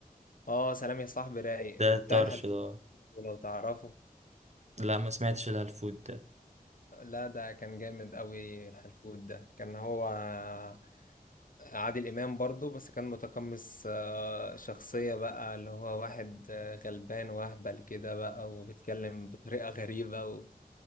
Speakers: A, on the left; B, on the right.
A: اه سلام يا صاحبي رايق
B: ده
A: وبتاع
B: الطرش
A: الهلفوت
B: ده
A: لو تعرفه
B: لا ما سمعتش الهلفوت ده
A: لا ده كان جامد قوي الهلفوت ده كان هو آه، عادل امام برضو بس كان متقمص آه، شخصية بقى اللي هو واحد آه، غلبان واهبل كده بقى وبيتكلم بطريقة غريبة و...